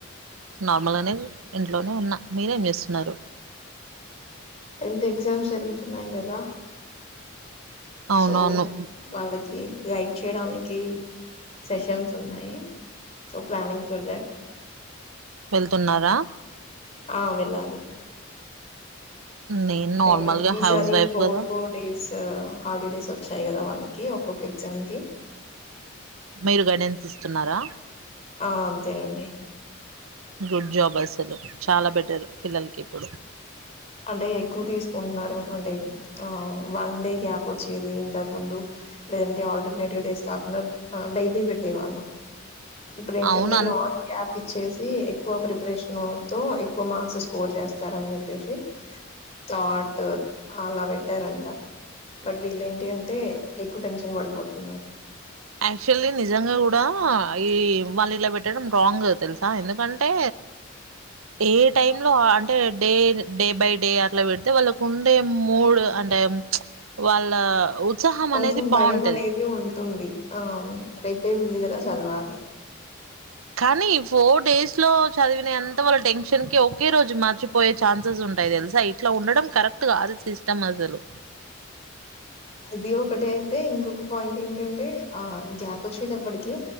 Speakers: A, on the right (about 85°); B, on the left (about 30°).
A: నార్మల్గానే ఇంట్లోనే ఉన్న మీరేం చేస్తున్నారు
B: టెన్త్ ఎగ్జామ్స్ జరుగుతున్నాయి కదా
A: అవునవును
B: సో వాళ్ళకి గైబ్ చేయడానికి సెషన్స్ ఉన్నాయి సో ప్లానింగ్ ఫర్ దట్
A: వెళ్తున్నారా
B: ఆ వెళ్ళాలి
A: నేను
B: అంటే
A: నార్మల్గా
B: ఈసారి
A: హౌస్ వైఫ్
B: ఫోర్
A: కదా
B: ఫోర్ డేస్ హాలిడేస్ వచ్చాయి కదా వాళ్ళకి ఒక్కొక్క ఎగ్జామ్ కి
A: మీరు గైడెన్స్ ఇస్తున్నారా
B: ఆ అంతేనండి
A: గుడ్ జాబ్ అసలు చాలా బెటర్ పిల్లలకి ఇప్పుడు
B: అంటే ఎక్కువ తీసుకుంటున్నారు అంటే ఆ వన్ డే గ్యాప్ వచ్చేది ఇంతకు ముందు లేదంటే ఆల్టర్నేటివ్ డేస్ కాకుండా డైలీ పెట్టేవాళ్ళు ఇప్పుడు ఏంటంటే
A: అవును అన్
B: లాంగ్ గప్ ఇచ్చేసి ఎక్కువ ప్రిపరేషన్ తో ఎక్కువ మార్క్స్ స్కోర్ చేస్తారని చెప్పేసి చాట్ అలా పెట్టారుంత బట్ వీళ్ళ ఏంటి అంటే ఎక్కువ టెన్షన్ పడిపోతున్నారు
A: యాక్చువల్లీ నిజంగా కూడా ఈ వాళ్ళు ఇలా పెట్టడం రాంగ్ తెలుసా ఎందుకంటే ఏ టైమ్ లో అంటే డే డే బై డే అట్లా పెడితే వాళ్ళకు ఉండే మూడు అంటే వాళ్ళ ఉత్సాహం
B: కొంచెం
A: అనేది
B: భయం
A: బాగుంటది
B: అనేది ఉంటుంది ఆ రేపే ఉంది కదా చదవాలి
A: కానీ ఫోర్ డేస్ లో చదివిన అంత వాళ్ళ టెన్షన్ కి ఒకే రోజు మర్చిపోయే ఛాన్సెస్ ఉంటాయి తెలుసా ఇట్లా ఉండడం కరెక్ట్ కాదు సిస్టమ్ అసలు
B: <unintelligible> అది ఒకటి అయితే ఇంకొక పాయింట్ ఏంటంటే ఆ గ్యాప్ వచ్చేటప్పటికి